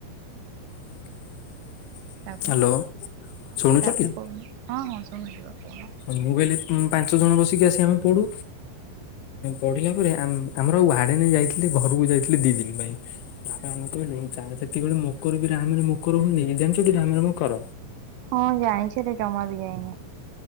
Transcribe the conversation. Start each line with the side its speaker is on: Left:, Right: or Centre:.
Right: ହୁଁ
Left: <unintelligible>
Right: ତାପରେ
Left: ହ୍ୟାଲୋ
Right: ହଁ
Left: ଶୁଣୁଛନ୍ତି?
Right: ତାପରେ କହୁନ ହଁ ହଁ ଶୁଣୁଚିବା କୁହ।
Left: ମୁଁ କହିଲି ପାଞ୍ଚ ଜଣ ବସିକି ଆସି ଆମେ ପଢୁ। ପଢିଲା ପରେ ଆମ ଆମର ଆଉ ୱାଡେ ନେଇ ଯାଇଥିଲେ ଘରକୁ ଯାଇଥିଲେ ଦିଇ ଦିନ ପାଇଁ। ତାପରେ ଆମେ କହିଲୁ ଯେତିକି ବେଳେ ମକର ବି ରାମରେ ମକର ହୁଏନି କି ଜାଣିଚ <unintelligible> ରାମ ହ
Right: ହଁ ଜାଣିଚି ଜମା ବି ଯାଇନି।